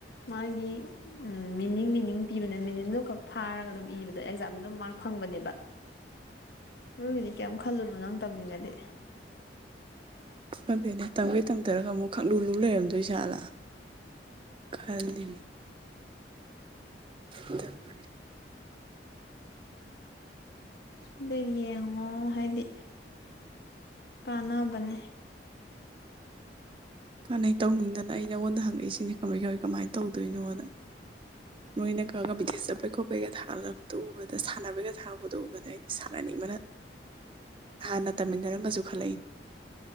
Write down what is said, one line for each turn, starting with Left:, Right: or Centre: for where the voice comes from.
Left: ꯃꯥꯒꯤ ꯎꯝ ꯃꯤꯅꯤꯡ ꯃꯤꯅꯤꯡ ꯄꯤꯕꯅꯦ ꯃꯤꯅꯤꯡꯗꯣ ꯈꯛ ꯐꯥꯔꯒ ꯑꯗꯨꯝ ꯏꯕꯗꯣ ꯑꯦꯛꯖꯥꯝꯗ ꯗꯨꯝ ꯃꯥ꯭ꯔꯛ ꯐꯪꯕꯅꯦꯕ ꯑꯗꯨꯒꯤꯗꯤ ꯀꯩꯝ ꯈꯜꯂꯨꯅꯨ ꯅꯪ ꯇꯝꯅꯤꯡꯉꯗꯤ
Right: ꯈꯪꯗꯦꯅꯦ ꯇꯝꯒꯩ ꯇꯝꯗꯔꯒ ꯑꯃꯨꯛ ꯈꯪꯂꯨ ꯂꯨ ꯂꯩꯔꯝꯗꯣꯏ ꯖꯥꯠꯂ ꯈꯜꯂꯤꯅꯦ <unintelligible>
Left: ꯑꯗꯨ ꯌꯦꯡꯉꯣ ꯍꯥꯏꯗꯤ ꯀꯥꯟꯅꯕꯅꯦ
Right: ꯀꯥꯟꯅꯩ ꯇꯧꯅꯤꯡꯗꯅ ꯑꯩ ꯅꯉꯣꯟꯗ ꯍꯪꯉꯛꯏꯁꯤꯅꯤ ꯀꯃꯩ ꯀꯃꯩ ꯀꯃꯥꯏꯟ ꯇꯧꯗꯣꯏꯅꯣꯅ ꯅꯣꯏꯅ ꯈꯥꯒ ꯕꯤꯇꯤꯑꯦꯖ ꯆꯠꯄꯩ ꯈꯣꯠꯄꯩꯒ ꯊꯥꯒꯠ ꯂꯛꯄꯗꯣ ꯎꯕꯗ ꯁꯥꯟꯅꯕꯩꯒ ꯊꯥꯔꯛꯄꯗꯣ ꯎꯕꯗ ꯑꯩꯗꯤ ꯁꯥꯟꯅꯅꯤꯡꯕꯅ ꯍꯥꯟꯅ ꯇꯝꯃꯤꯟꯅꯔꯝꯕꯖꯨ ꯈꯜꯂꯛꯏ